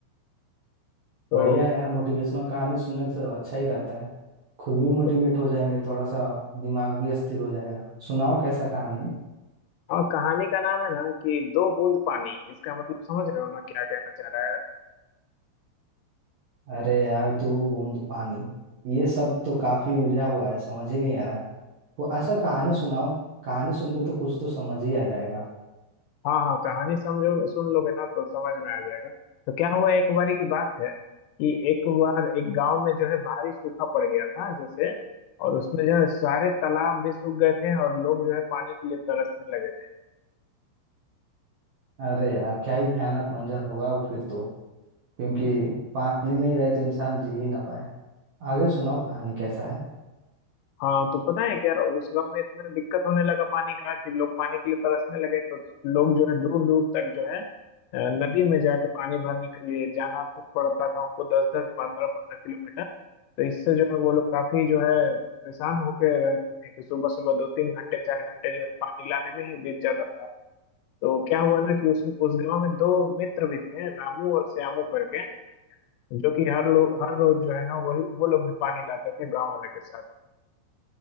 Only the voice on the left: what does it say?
तो
तो-
और कहानी का नाम है ना कि दो बूंद पानी इसका मतलब समझ रहे हो ना क्या कहना चाह रहा है
हाँ हाँ कहानी समझो सुन लोगे ना तो समझ में आ जाएगा तो क्या हुआ एक बारी की बात है कि एक बार एक गांव में जो है भारी सूखा पड़ गया था जैसे और उसमें जो है सारे तालाब भी सूख गए थे और लोग जो है पानी के लिए तरसने लगे थे
हाँ तो पता है क्या उस गांव में इतना दिक्कत होने लगा पानी का कि लोग पानी के लिए तरसने लगे तो लोग जो है दूर दूर तक जो है अ, नदी में जाके पानी भरने के लिए जाना तक पड़ता था उनको दस दस पंद्रह पंद्रह किलोमीटर तो इससे जो है वो लोग काफी जो है परेशान होकर रहते थे कि सुबह सुबह दो तीन घंटे चार घंटे जो है पानी लाने में ही बीत जाता था तो क्या हुआ ना कि उस उस गांव में दो मित्र भी थे रामू और श्यामू करके जो कि हर लोग हर रोज जो है ना वही वो लोग भी पानी लाते थे गांव वाले के साथ